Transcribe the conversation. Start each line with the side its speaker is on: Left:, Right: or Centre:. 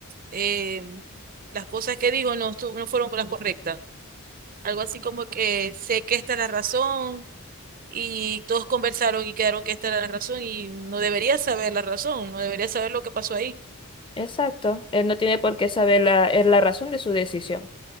Right: eh, las cosas que digo no, estu- no fueron las correctas. Algo así como que sé que esta es la razón y todos conversaron y quedaron que esta era la razón y no debería saber la razón, no debería saber lo que pasó ahí.
Left: Exacto, él no tiene por qué saber la, es la razón de su decisión.